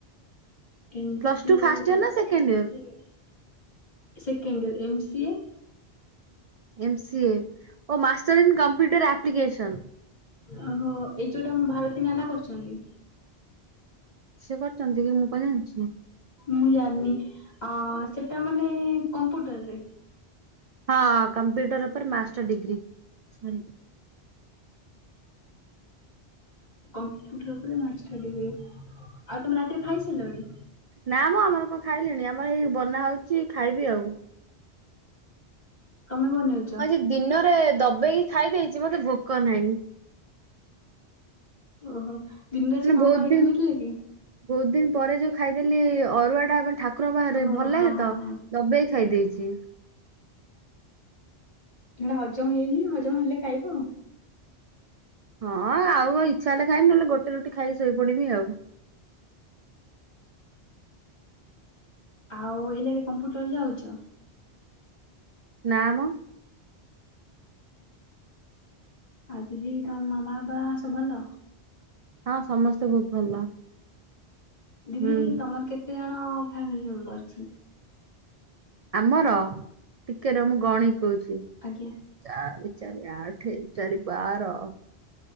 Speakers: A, on the left (about 40°); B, on the right (about 55°).
A: M
B: plus
A: C
B: two first year
A: ଏ
B: ନା second
A: M C
B: year
A: A second year M C
B: M C A ଓ ମାଷ୍ଟର ଇନ କମ୍ପ୍ୟୁଟର ଆପ୍ଲିକସନ
A: ଓହୋ ଏଇ ଯୋଉଟା ମୋ ଭାରତୀ ନାନା କରଛନ୍ତି।
B: ସେ କରିଚନ୍ତି ଦିଦି ମୁଁ କଣ ଜାଣିଚି।
A: ମୁଁ ଜାଣିନି ଆ ସେଟା ମ ମାନେ କମ୍ପୁଟରରେ
B: ହଁ କମ୍ପ୍ୟୁଟର ଉପରେ ମାଷ୍ଟର ଡିଗ୍ରୀ ସରି
A: କମ୍ପୁଟର ଉପରେ ମାଷ୍ଟର ଡିଗ୍ରୀ ଆଉ ତମେ ରାତିରେ ଖାଇସାରିଲଣି?
B: ନା ମ ଆମର କଣ ଖାଇଲେଣି ଆମର ଏଇ ବନା ହଉଛି ଖାଇବି ଆଉ।
A: ତମେ ବନେଇଛ?
B: ହଁ ଯେ ଦିନରେ ଦବେଇକି ଖାଇ ଦେଇଚି ମତେ ଭୋକ ନାହିଁ।
A: ଓହୋ। ଦିନରେ ଆଜି
B: ମାନେ
A: କଣ
B: ବହୁତ
A: କଣ ଆଇଟମ୍
B: ଦିନ
A: ହେଇଥିଲା କି?
B: ବହୁତ ଦିନ ପରେ ଯୋଉ ଖାଇଦେଲି ଅରୁଆ ଟା ଠାକୁ ଠାକୁରଙ୍କ ପାଖରେ
A: ଓହୋ
B: ଭଲ
A: ହଁ
B: ଲାଗେ
A: ହଁ
B: ତ
A: ହଁ
B: ଦବେଇକି ଖାଇ ଦେଇଚି। <inaudible>
A: ଏଟା ହଜମ ହେଇନି ହଜମ ହେଲେ ଖାଇବ ଆଉ।
B: ହଁ ଆଉ ଇଚ୍ଛା ହେଲେ ଖାଇବି ନହେଲେ ଗୋଟେ ରୁଟି ଖାଇକି ଶୋଇପଡିବି ଆଉ।
A: ଆଉ ଏଇଲାକେ କମ୍ପୁଟର ଯାଉଚ?
B: ନାମ
A: ଆଉ ଦିଦି ତମ ମାମା ବାବା ସବୁ ଭଲ?
B: ହଁ ସମସ୍ତେ ବହୁତ ଭଲ।
A: ଦିଦି
B: ହୁଁ
A: ତମର କେତେ ଜଣ? ହଁ ଫ୍ୟାମିଲି ମେମ୍ବର ଅଛନ୍ତି?
B: ଆମର ଟିକେ ରହ ମୁଁ ଗଣି କହୁଚି।
A: ଆଜ୍ଞା
B: ଚାରି ଚାରି ଆଠ ଚାରି ବାର